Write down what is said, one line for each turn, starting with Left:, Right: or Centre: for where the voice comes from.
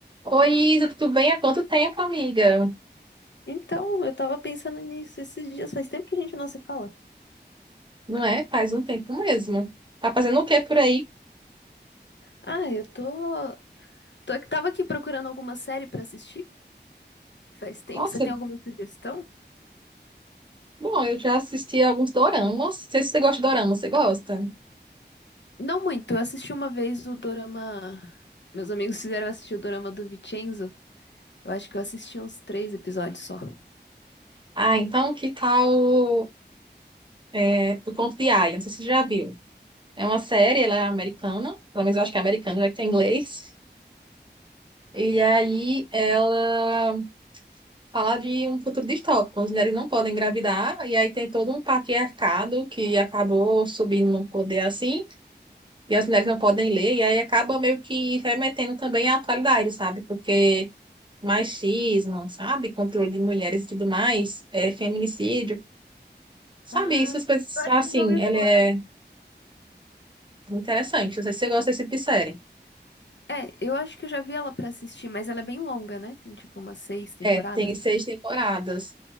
Right: Oi, Isa, tudo bem? Há quanto tempo, amiga?
Left: Então, eu tava pensando nisso esses dias, faz tempo que a gente não se fala.
Right: Não é? Faz um tempo mesmo. Tá fazendo o que por aí?
Left: Ah, eu tô, tô- tava aqui procurando alguma série pra assistir. Faz tempo,
Right: Nossa,
Left: você tem alguma sugestão?
Right: bom, eu já assisti alguns doramas. Não sei se você gosta de dorama, você gosta?
Left: Não muito, eu assisti uma vez o Dorama. Meus amigos <laughs> fizeram eu assistir o Dorama do Vincenzo. Eu acho que eu assisti uns três episódios só.
Right: Ah, então que tal é, O Conto de Aia? Não sei se você já viu. É uma série, ela é americana, pelo menos eu acho que é americana, já que tem inglês. E aí ela fala de um futuro distópico, onde as mulheres não podem engravidar, e aí tem todo um patriarcado que acabou subindo no poder assim. e as mulheres não podem ler, e aí acaba meio que remetendo também à atualidade, sabe? Porque machismo, sabe? Controle de mulheres e tudo mais, é, feminicídio, sabe?
Left: Ah,
Right: Essas coisas,
Left: eu acho
Right: assim,
Left: que eu já ouvi
Right: ela
Left: falar.
Right: é interessante. Não sei se você gosta desse tipo de série.
Left: É, eu acho que eu já vi ela pra assistir, mas ela é bem longa, né? Tem tipo umas seis temporadas.
Right: É, tem seis temporadas.